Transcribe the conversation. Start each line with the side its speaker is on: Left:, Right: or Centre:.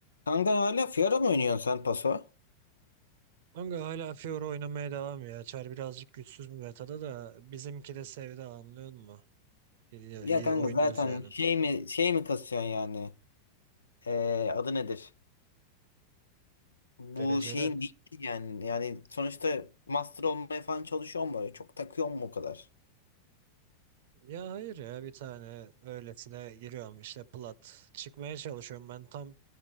Left: Kanka hala Fiora mı oynuyorsun sen paso?
Right: Kanka hala Fiora oynamaya devam ya. Çar birazcık güçsüz bu metada da bizimki de sevdi anlıyor musun? İyi,
Left: Ya
Right: iyi
Left: kanka
Right: oynuyoruz
Left: zaten
Right: yani.
Left: Evet. şey mi şey mi kasıyorsun yani? Ee, adı nedir? Bu
Right: Dereceli.
Left: şeyin değil ki yani. Yani sonuçta master olmaya falan çalışıyor mu böyle? Çok takıyor mu o kadar?
Right: Ya hayır ya bir tane öylesine giriyorum işte plat. Çıkmaya çalışıyorum ben tam